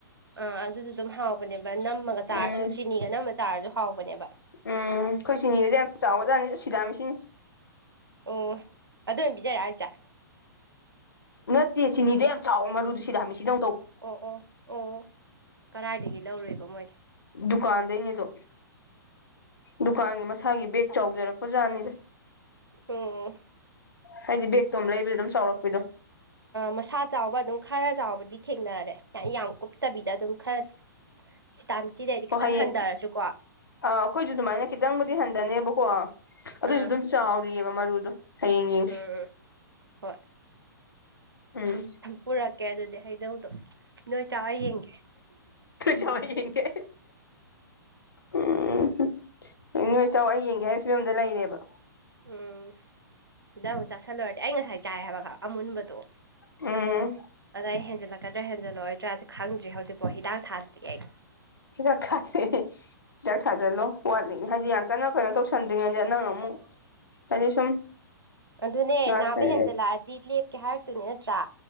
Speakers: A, on the right (about 85°); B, on the left (about 75°).
A: ꯑꯥ ꯑꯗꯨꯗꯤ ꯑꯗꯨꯝ ꯍꯥꯎꯕꯅꯦꯕ ꯅꯝꯃꯒ ꯆꯥꯔꯁꯨ
B: ꯎꯝ
A: ꯆꯤꯅꯤꯒ ꯅꯝꯃ ꯆꯥꯔꯁꯨ ꯍꯥꯎꯕꯅꯦꯕ
B: ꯎꯝ ꯑꯩꯈꯣꯏ ꯁꯤꯅꯤꯒꯁꯦ ꯌꯥꯝ ꯆꯥꯎꯒꯖꯥꯅꯤ ꯆꯠ ꯁꯤꯗꯥꯃꯤꯁꯤ
A: ꯑꯣ ꯑꯗꯨ ꯑꯣꯏꯅ ꯄꯤꯖꯔꯛꯑꯒ ꯍꯨꯁꯦ
B: ꯅꯠꯇꯦ ꯆꯤꯅꯤꯗꯣ ꯌꯥꯝ ꯆꯥꯎꯋ ꯃꯔꯨꯗ ꯁꯤꯗ ꯍꯥꯃꯤ ꯁꯤꯗ
A: ꯑꯣ ꯑꯣ ꯑꯣ ꯀꯗꯥꯥꯏꯗꯒꯤ ꯂꯧꯔꯦꯕ ꯃꯣꯏꯗꯤ
B: ꯗꯨꯀꯥꯟꯗꯅꯦꯗꯣ ꯗꯨꯀꯥꯟꯒꯤ ꯃꯁꯥꯒꯤ ꯕꯦꯒ ꯆꯥꯎꯖꯔꯛꯄꯖꯥꯠꯅꯤꯗ
A: ꯎꯝ
B: ꯍꯥꯏꯗꯤ ꯕꯦꯛꯇꯣ ꯑꯃ ꯂꯩꯕꯗ ꯑꯗꯨꯝ ꯆꯥꯎꯔꯛꯄꯗꯣ
A: ꯃꯁꯥ ꯆꯥꯎꯕ ꯑꯗꯨꯝ ꯈꯔ ꯆꯥꯎꯕꯗꯤ ꯊꯦꯡꯅꯔꯦ ꯌꯥꯝ ꯀꯨꯞꯇꯕꯤꯗ ꯑꯗꯨꯝ ꯈꯔ ꯁꯤꯇꯥꯃꯤꯊꯤꯗꯗꯤ
B: ꯍꯣ
A: ꯈꯤꯇꯪ
B: ꯍꯌꯦꯡ
A: ꯍꯟꯊꯔꯁꯨꯀꯣ
B: ꯑꯥ ꯑꯩꯈꯣꯏꯁꯨ ꯑꯗꯨꯃꯥꯏꯅ ꯈꯤꯇꯪꯕꯨꯗꯤ ꯍꯟꯊꯅꯦꯕꯀꯣ
A: ꯑꯥ
B: ꯑꯗꯨꯏꯁꯨ ꯑꯗꯨꯝ ꯆꯥꯎꯔꯤꯑꯕ ꯃꯔꯨꯗꯣ ꯍꯌꯦꯡ ꯌꯦꯡꯁꯤ
A: ꯎꯝ ꯎꯝ ꯍꯣꯏ
B: ꯎꯝ
A: ꯄꯨꯔꯛꯀꯦ ꯑꯗꯨꯗꯤ ꯍꯩꯅꯧꯗꯣ ꯅꯣꯏ ꯆꯥꯛ ꯌꯦꯡꯒꯦ
B: ꯆꯥꯎꯏ ꯌꯦꯡ ꯀꯦ ꯎꯝ ꯅꯣꯏ ꯏꯆ ꯑꯩ ꯌꯦꯡꯒꯦ ꯍꯥꯏꯕ ꯐꯤꯕꯝꯗ ꯂꯩꯔꯦꯕ
A: ꯎꯝ ꯁꯤꯗ ꯑꯃꯨꯛ ꯆꯥꯁꯤꯜꯂꯨꯔꯗꯤ ꯑꯩ ꯉꯁꯥꯏ ꯆꯥꯏ ꯍꯥꯏꯕ ꯈ ꯑꯃꯨꯟꯕꯗꯣ
B: ꯎꯝ
A: ꯑꯗ ꯑꯩ ꯍꯦꯟꯖꯜꯂꯛꯀ꯭ꯔꯥꯦꯟꯖꯜꯂꯛꯑꯣꯏꯗ꯭ꯔꯥ ꯁꯤ ꯈꯪꯗ꯭ꯔꯤ ꯍꯧꯖꯤꯛꯄꯣ ꯍꯤꯗꯥꯛ ꯊꯥꯟꯗꯤ ꯑꯩ
B: ꯍꯤꯗꯥꯛ ꯊꯥꯥꯁꯦ ꯍꯤꯗꯥꯛ ꯊꯥꯖꯜꯂꯣ ꯋꯥꯠꯂꯤ ꯍꯥꯏꯗꯤ ꯌꯥꯝ ꯀꯟꯅꯣ ꯀꯩꯅꯣ ꯇꯧꯁ ꯁꯗꯉꯖꯅꯉ ꯑꯃꯨ ꯀ ꯁꯨꯝ
A: ꯑꯗꯨꯅꯦ
B: ꯅꯥꯁꯟ
A: ꯅꯥꯕ ꯍꯦꯟꯖꯜꯂꯛꯑꯗꯤ ꯂꯦꯞꯀꯦ ꯍꯥꯏꯔꯛꯇꯨꯅꯦ ꯅꯠꯇ꯭ꯔꯥ